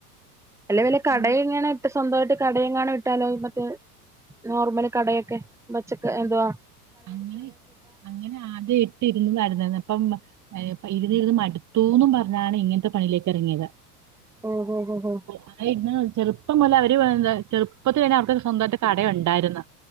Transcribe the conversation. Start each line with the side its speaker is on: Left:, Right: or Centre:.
Centre: അല്ല വല്യകട
Right: പിന്നെ
Centre: ഇങ്ങനെട്ട് സ്വന്തയിട്ട് കടയെങ്ങണ ഇട്ടാലോ മറ്റേ നോർമല് കടയൊക്കെ പച്ചക്ക് എന്ത്വാ
Right: അങ്ങനെ അങ്ങനെ ആദ്യം ഇട്ട് ഇരുന്ന്നടന്നിര്ന്ന് ഇപ്പം ഇര്ന്ന് രുന്ന് മട് തൂന്നും പറഞ്ഞാണ് ഇങ്ങനത്തെ പണിലേക്ക്എറങ്ങിയത്
Centre: ഓഹോ ഹോ ഹോ
Right: അങ്ങനെ ഇര് ന്ന് ചെറുപ്പം മുലെ അവര് എന്താ ചെറുപ്പത്തിലെന്നെ അവര്ക്ക് സ്വന്തയിട്ട് കടയുണ്ടായിര്ന്ന്